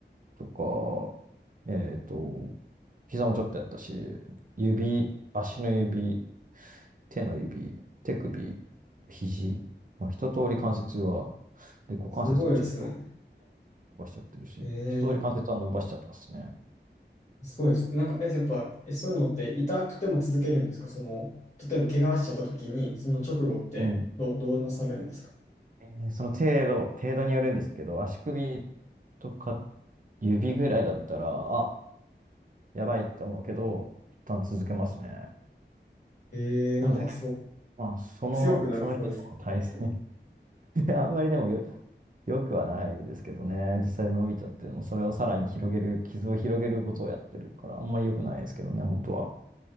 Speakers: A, on the right; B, on the left.
A: とか、えっと、膝もちょっとやったし、指、足の指、手の指、手首、肘、まあ、一通り関節は、で、股関節もちょっと
B: すごいですね。
A: 伸ばしちゃってるし、
B: え
A: 一通り関節は伸ばしちゃってますね。
B: ー、すごいですね。なんか、え、やっぱ、え、そういうのって痛くても続けるんですかその、例えば怪我しちゃった時に、その直後ってど、
A: うん。
B: どうなされるんですか
A: えーその程度、程度によるんですけど、足首とか指ぐらいだったら、あ、やばいって思うけど、一旦続けますね。
B: えー、なんかそう、
A: ほんで、まあ、その、
B: 強くなりそうです。
A: その人との対戦
B: なんかこう。
A: <laughs> あんまりでもよ、よくはないですけどね、実際伸びちゃってるの、それをさらに広げる、傷を広げることをやってるから、あんまり良くないですけどね、本当は。